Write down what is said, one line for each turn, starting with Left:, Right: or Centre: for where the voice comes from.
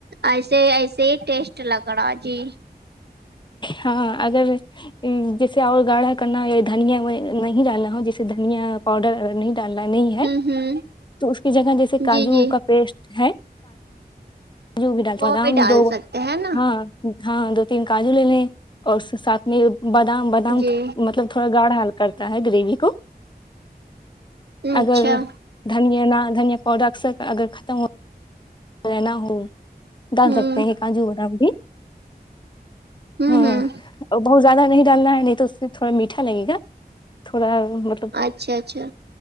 Right: ایسے ایسے ہی ٹیسٹ لگ رہا جی
Left: ہاں اگر جیسے اور گاڑھا کرنا ہو یا دھنیا نہیں ڈالنا ہو جیسے دھنیا پاؤڈر نہیں ڈالنا نہیں ہے
Right: ہوں ہوں
Left: تو اس کی جگہ جیسے کاجو
Right: جی جی
Left: کا پیسٹ ہے جو بھی ڈال <unintelligible>
Right: وہ
Left: پ ہم
Right: ڈال
Left: دو
Right: سکتے ہیں نا
Left: ہاں ہاں دو تین کاجو لے لیں اور ساتھ میں بادام بادام
Right: جی
Left: مطلب تھوڑا گاڑھا حل کرتا ہے گریوی کو
Right: اچھا
Left: اگر دھنیا نہ دھنیا پاؤڈر اثر اگر ختم ہو رہنا ہو
Right: ہوں
Left: ڈال سکتے ہیں کاجو بادام بھی
Right: ہوں
Left: ہاں
Right: ہوں
Left: بہت زیادہ نہیں ڈالنا ہے نہیں تو اس سے تھوڑا میٹھا لگے گا تھوڑا مطلب
Right: اچھا اچھا